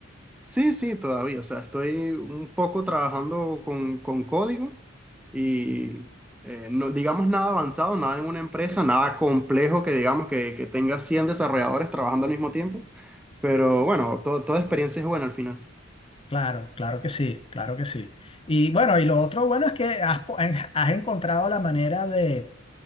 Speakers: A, in the centre; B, on the left.
A: Sí, sí, todavía, o sea, estoy un poco trabajando con, con código, y eh, no digamos nada avanzado, nada en una empresa, nada complejo que digamos que, que tenga 100 desarrolladores trabajando al mismo tiempo, pero bueno, to- toda experiencia es buena al final.
B: Claro, claro que sí, claro que sí. Y bueno, y lo otro bueno es que has, po- en- has encontrado la manera de,